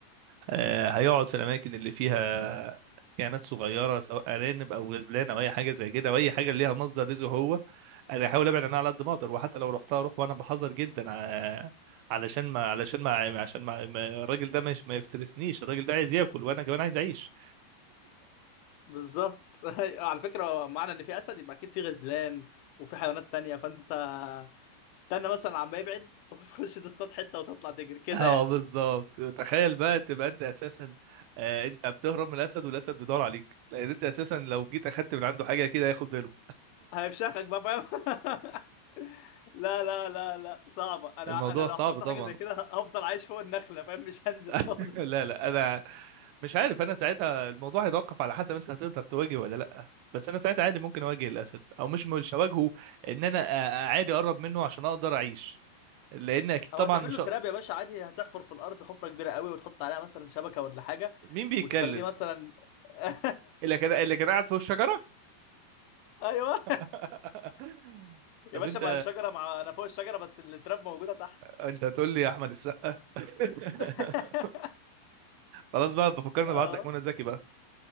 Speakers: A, on the right (about 80°); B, on the left (about 85°).
A: آه، هيقعد في الاماكن اللي فيها كائنات صغيره سواء ارانب او غزلان او اي حاجه زي كده او اي حاجه ليها مصدر رزق هو انا هحاول ابعد عنها على قد ما اقدر وحتى لو رحتها اروح وانا بحذر جدا ع- علشان ما علشان ما عشان ما ما- الراجل ده مش ما يفترسنيش الراجل ده عايز ياكل وانا كمان عايز اعيش
B: بالظبط <laughs> أيوة، على فكرة هو معنى ان في اسد يبقى اكيد في غزلان وفي حيوانات تانية فانت تستنى مثلا عما يبعد <laughs> وتخش تصطاد حتة وتطلع تجري
A: <laughs>
B: كده
A: اه
B: يعني
A: بالظبط تخيل بقى تبقى انت اساسا آه، انت بتهرب من الاسد والاسد بيدور عليك لان انت اساسا لو جيت اخدت من عنده حاجه كده هياخد باله
B: هيفشخك بقى فاهم <laughs> لا لا لا لا صعبة انا
A: الموضوع
B: انا لو
A: صعب
B: حصل
A: طبعا
B: حاجة زي كده هفضل عايش فوق النخلة فاهم مش هنزل
A: <laughs>
B: <laughs> خالص
A: لا لا انا مش عارف انا ساعتها الموضوع هيتوقف على حسب انت هتقدر تواجه ولا لا بس انا ساعتها عادي ممكن اواجه الاسد او مش مش هواجهه ان انا أ- عادي اقرب منه عشان اقدر اعيش لان اكيد
B: او
A: طبعا
B: هتعمل
A: مش
B: له
A: هق-
B: تراب يا باشا عادي هتحفر في الارض حفرة كبيرة قوي وتحط عليها مثلا شبكة ولا حاجة
A: مين بيتكلم
B: وتخليه مثلا <laughs>
A: اللي كان اللي كان قاعد فوق الشجره
B: ايوه
A: <laughs> طب
B: يا باشا
A: انت
B: مع الشجرة مع انا فوق الشجرة بس التراب موجودة تحت
A: انت هتقول لي يا احمد السقا <laughs>
B: <laughs>
A: خلاص بقى بفكرني
B: اه
A: ابعت لك منى زكي بقى